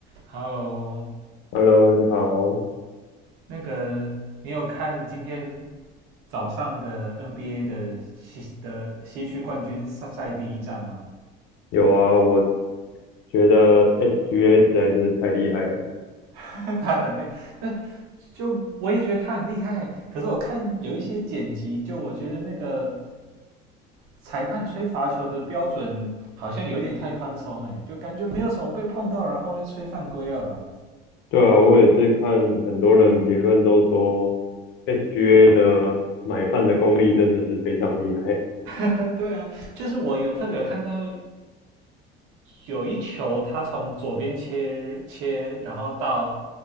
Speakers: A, on the right; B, on the left.
A: Hello，
B: Hello，你好。
A: 那个你有看今天早上的 NBA 的西的西区冠军赛赛第一战吗？
B: 有啊，我觉得 SGA 实在是太厉害了。
A: <laughs> 他很厉，就我也觉得他很厉害。可是我看有一些剪辑，就我觉得那个裁判吹罚球的标准好像有点太宽松，哎，就感觉没有什么被碰到，然后就吹犯规了。
B: 对啊，我也是看很多人评论都说 SGA 的买饭的功力真的是非常厉害，
A: <laughs> 对啊，就是我有特别有看到有一球他从左边切切，然后到